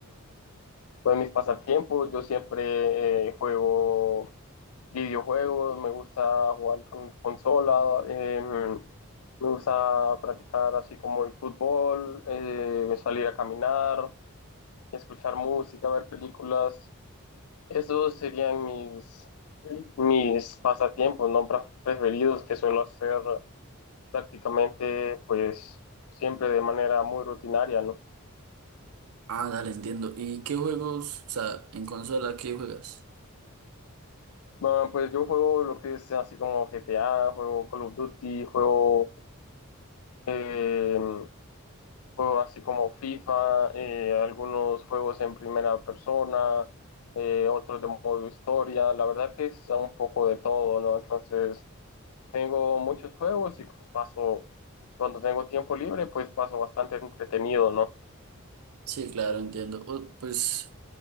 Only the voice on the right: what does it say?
Ah, dale, entiendo. ¿Y qué juegos, o sea, en consola, qué juegas?
Sí, claro, entiendo. Oh, pues